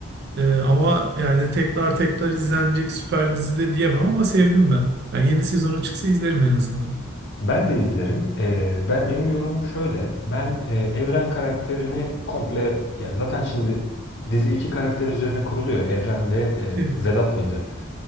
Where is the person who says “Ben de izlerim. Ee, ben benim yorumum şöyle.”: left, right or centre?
Left